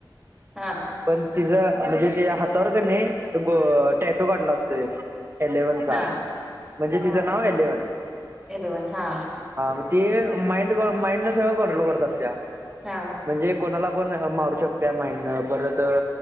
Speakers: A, in the centre; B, on the right (about 30°).
A: हा
B: पण तिचा म्हणजे ते हातावर का नाही, गो टॅटू काढला असतो एक. एलेवनचा.
A: हा
B: म्हणजे
A: हा
B: तिच नाव एलेव्हन.
A: एलेवन हा
B: हा मग ते माइंड माइंड न सगळ कंट्रोल करत असत्या.
A: हा
B: म्हणजे कोणाला पण मारू शकते माइंडन. परत